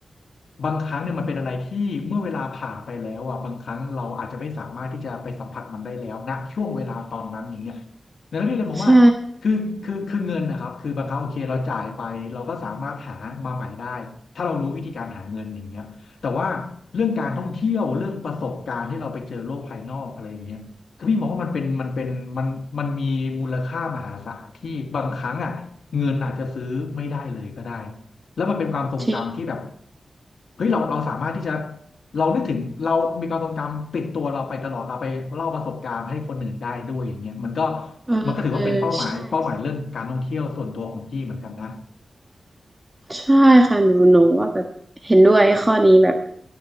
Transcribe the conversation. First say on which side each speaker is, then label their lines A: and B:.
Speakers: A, on the left; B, on the right.
A: บางครั้งเนี่ยมันเป็นอะไรที่เมื่อเวลาผ่านไปแล้วอ่ะบางครั้งเราอาจจะไม่สามารถที่จะไปสัมผัสมันได้แล้วณช่วงเวลาตอนนั้นอย่างเงี้ยดังนั้นพี่เลยมองว่าคือคือคือเงินนะครับคือบางครั้งโอเคเราจ่ายไปเราก็สามารถหามาใหม่ได้ถ้าเรารู้วิธีการหาเงินอย่างเงี้ยแต่ว่าเรื่องการท่องเที่ยวเรื่องประสบการณ์ที่เราไปเจอโลกภายนอกอะไรอย่างเงี้ยคือพี่มองว่ามันเป็นมันเป็นมันมันมีมูลค่ามหาศาลที่บางครั้งอ่ะเงินอาจจะซื้อไม่ได้เลยก็ได้
B: ใช่
A: แล้วมันเป็นความทรงจำที่แบบ
B: ใช่
A: เฮ้ยเราเราสามารถที่จะเรานึกถึงเรามีความทรงจำติดตัวเราไปตลอดเอาไปเล่าประสบการณ์ให้คนอื่นได้ด้วยอย่างเงี้ยมันก็
B: เออเออใช่ใช่
A: มันก็ถือว่าเป็นเป้าหมายเป้าหมายเรื่องการท่องเที่ยวส่วนตัวของพี่เหมือนกันนะ
B: ใช่ค่ะหนูหนูว่าแบบเห็นด้วยข้อนี้แบบ